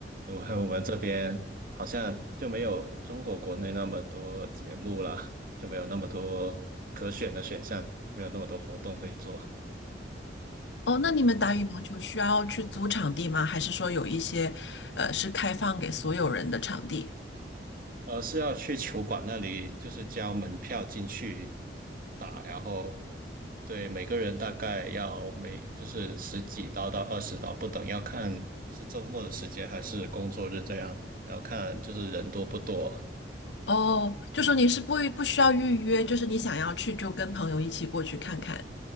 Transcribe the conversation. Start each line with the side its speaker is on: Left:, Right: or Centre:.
Right: 因为我们这边好像就没有中国国内那么多节目了，就没有那么多可选的选项，没有那么多活动可以做。
Left: 哦，那你们打羽毛球需要去租场地吗？还是说有一些呃是开放给所有人的场地？
Right: 而是要去球馆那里，就是交门票进去打，然后对每个人大概要每就是十几刀到二十刀不等，要看是周末的时间还是工作日这样，还要看就是人多不多。
Left: 哦，就说你是不不需要预约，就是你想要去就跟朋友一起过去看看。